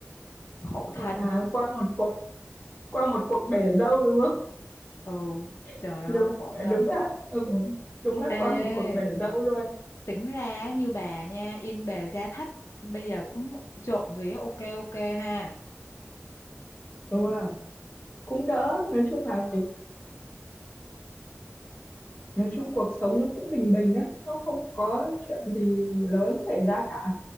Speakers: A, on the left; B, on the left.
A: khổ
B: gọi
A: thân
B: là qua một cuộc qua một cuộc bể dâu đúng không
A: ừ
B: <laughs>
A: trời ơi
B: đúng
A: khổ thân
B: đúng là ừ, đúng là
A: ê
B: qua một cuộc bể dâu luôn
A: tính ra như bà nha yên bề gia thất bây giờ cũng trộm vía ok ok ha
B: đúng không cũng đỡ nói chung là cuộc nói chung cuộc sống nó cũng bình bình á nó không có chuyện gì lớn xảy ra cả